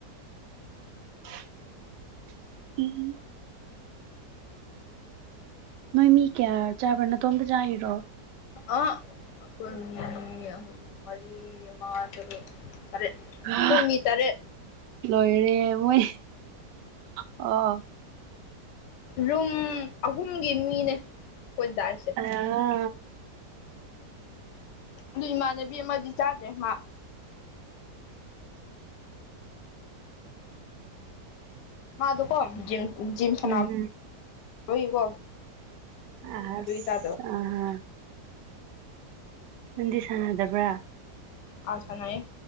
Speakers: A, on the right; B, on the left.
A: <unintelligible> ꯎꯝ ꯅꯣꯏ ꯃꯤ ꯀꯌꯥꯔ ꯆꯥꯕ꯭ꯔꯥ ꯅꯇꯣꯝꯇ ꯆꯥꯏꯔꯣ
B: ꯑꯥ ꯑꯈꯣꯏ ꯃꯤ ꯑꯍꯨꯝ ꯃꯔꯤ ꯃꯉꯥ ꯇꯔꯨꯛ ꯇꯔꯦꯠ
A: ꯍꯥ
B: ꯑꯈꯣꯏ ꯃꯤ ꯇꯔꯦꯠ
A: ꯂꯣꯏꯔꯦ ꯃꯣꯏ ꯑꯣ
B: ꯔꯨꯝ ꯑꯍꯨꯝꯒꯤ ꯃꯤꯅꯦ ꯑꯈꯣꯏꯅ ꯆꯥꯏꯁꯦ
A: ꯑꯣ <unintelligible>
B: ꯑꯗꯨ ꯏꯃꯥꯟꯅꯕꯤ ꯑꯃꯗꯤ ꯆꯥꯗ꯭ꯔꯦ ꯃꯥ ꯃꯥꯗꯣꯀꯣ ꯖꯤꯝ ꯖꯤꯝ ꯁꯥꯟꯅꯕꯒꯤꯀꯣ
A: ꯎꯝ ꯑꯥꯁ
B: ꯑꯗꯨꯒꯤ ꯆꯥꯗꯕ
A: ꯑꯥ ꯍ ꯅꯪꯗꯤ ꯁꯥꯟꯅꯗꯕ꯭ꯔꯥ
B: ꯑ ꯁꯥꯟꯅꯩꯌꯦ